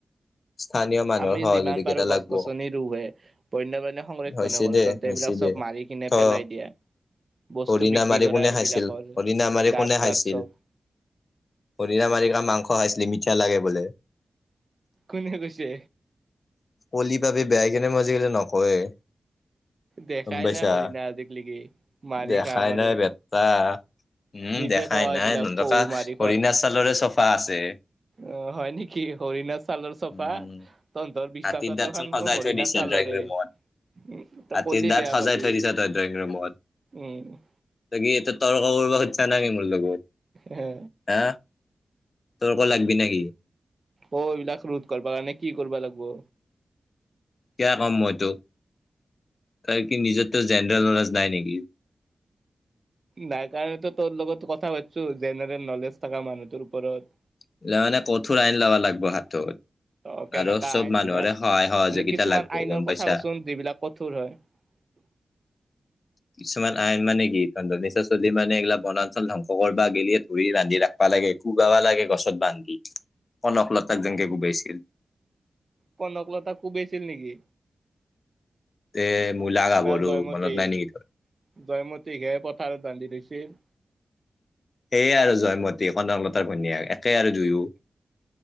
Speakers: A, on the left; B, on the right.
A: স্থানীয় মানুহৰ
B: আমি
A: সহযোগিতা
B: যিমান পাৰো গছ
A: লাগব
B: গছনি ৰুওঁয়েই, বন্য সংৰক্ষণ
A: হৈছে
B: কৰো
A: দে
B: তন্ত
A: হৈছে
B: এইবিলাক চব
A: দে
B: মাৰি কিনে
A: থ
B: পেলাই দিয়ে। বস্তু
A: হৰিণা
B: বিক্ৰী
A: মাৰি
B: কৰা
A: কোনে
B: সেইবিলাকৰ
A: খাইছিল হৰিণা মাৰি
B: দাঁত
A: কোনে খাইছিল
B: চাঁত চব।
A: হৰিণা মাৰি কৰা মাংস খাইছিলে, মিঠা লাগে বোলে।
B: কোনে কৈছে?
A: কলি পাবি বেয়া সেইকাৰনে মই আজিকালি নকওঁ এই,
B: দেখাই
A: গম পাইছা?
B: নাই হৰিণা আজিকলেকি মাৰি
A: দেখাই
B: খাম আৰু
A: নাই ব বেটা উম।
B: নিজে
A: দেখাই
B: ক এইবিলাক
A: নাই তহন্তৰ
B: পহু
A: কা
B: মাৰি
A: অৰিণাচালৰে চফা আছে।
B: অহ', হয় নেকি? হৰিণাৰ ছালৰ চফা।
A: উম
B: তহঁন্তৰ বিছনা
A: হাতীৰ
B: চাদৰখন
A: দাঁত চোন
B: দেখোন
A: সজাই
B: হৰিণাৰ
A: থৈ দিছে
B: চালৰে।
A: ড্ৰয়িং ৰুমত
B: উম, তই
A: হাতীৰ
B: কলি
A: দাঁত
B: বেয়া
A: সজাই
B: পাবি।
A: থৈ দিছে তই ড্ৰয়িং ৰুমত
B: উম।
A: তই কি এতে তৰ্ক কৰিব খুজিছা নেকি মোৰ লগত।
B: হে।
A: হা! তৰ্ক লাগবি নেকি?
B: অহ, এইবিলাক ৰোধ কৰিব কাৰণে কি কৰিব লাগব?
A: কিয়া কম মই তোক? তই কি নিজৰ তোৰ জেনেৰেল নলেজ নাই নেকি?
B: নাই কাৰণেতো তোৰ লগত কথা পাতিছোঁ, জেনেৰেল নলেজ থকা মানুহতোৰ ওপৰত।
A: এই গিলা মানে কঠোৰ আইন লবা লাগিব হাতত।
B: অহ, কেনেকা
A: আৰু চব
B: আইনবিলাক।
A: মানুহৰে সহায় সহযোগিতা
B: মানে কিছুমান
A: লাগব
B: আইনৰ
A: গম
B: কথা
A: পাইছা
B: কচোন যিবিলাক কঠোৰ হয়। <unintelligible>
A: কিছুমান আইন মানে কি তহন্তৰ নিচিনা চলি মানে এইগিলাক বনাঞ্চল ধ্বংস কৰিবা গেলিয়ে ধৰি ৰান্ধি ৰাখবা লাগে। কোবাবা লাগে গছত বান্ধি ককললতাক যেনকে কোবাইছিল।
B: কনকলতাক কোবাইছিল নেকি?
A: এ মোলাগাভৰু
B: না জয়মতীক
A: মনত নাই নেকি তোৰ।
B: জয়মতীকহে পথাৰত বান্ধি থৈছিল।
A: সেয়ে আৰু জয়মতী কনকলতাৰ ভনিয়েক একে আৰু দুয়ো।